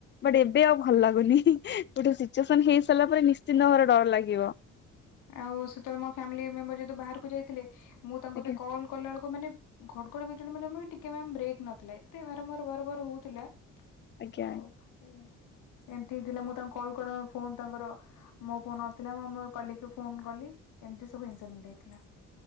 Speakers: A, on the left; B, on the left.
A: ବଟ ଏବେ ଆଉ ଭଲ ଲାଗୁନି ଗୋଟେ ସିଚୁଏସ ହେଇ ସାରିଲା ପରେ ନି <unintelligible> ଡର ଲାଗିବ।
B: ଆଉ ସେତେବେଳେ ମୋ ଫ୍ୟାମିଲି ମୁଁ ବି ବାହାରକୁ ଯାଇଥିଲି, ମୁଁ ତାଙ୍କୁ
A: ଆଜ୍ଞା
B: ବି କଲ କଲା ବେଳକୁ ମାନେ ଘଡଗଡ ବିଜୁଳି ମାନେ ଟିକେ ମ୍ୟାମ୍ ବ୍ରେକ୍ ନଥିଲା। ଏତେ ବାରମ୍ବାର ବାରମ୍ବାର ହଉଥିଲା
A: ଆଜ୍ଞା
B: ତ ଏଇଆ। ଏମିତି ହେଇଥିଲା ମୁଁ ତାଙ୍କ କଲ୍ କର ଫୋନ ତାଙ୍କର, ମୋ ଫୋନ ନଥିଲା ମୁଁ କଲି ତ ଫୋନ କଲି ଏମତି ସବୁ ଇନ୍ସିଡେଣ୍ଟ ହେଇଥିଲା।